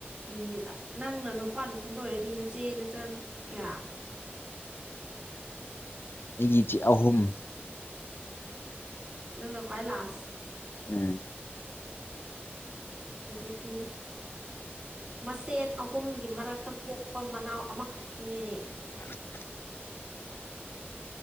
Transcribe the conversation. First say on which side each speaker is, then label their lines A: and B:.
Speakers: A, on the right; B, on the left.
A: ꯎ ꯅꯪꯅ ꯅꯨꯄꯥ ꯅꯊꯟꯗ ꯑꯣꯏꯔꯗꯤ ꯅꯆꯦ ꯅꯆꯟ ꯀꯌꯥ
B: ꯑꯩꯒꯤ ꯏꯆꯦ ꯑꯍꯨꯝ
A: ꯅꯪꯅ ꯈ꯭ꯋꯥꯏ ꯂꯥꯁ
B: ꯎꯝ
A: ꯑꯗꯨꯗꯤ ꯃꯆꯦꯠ ꯑꯍꯨꯝꯒꯤ ꯃꯔꯛꯇ ꯄꯣꯛꯄ ꯃꯅꯥꯎ ꯑꯃꯈꯛꯇꯅꯤꯅꯦ
B: <unintelligible>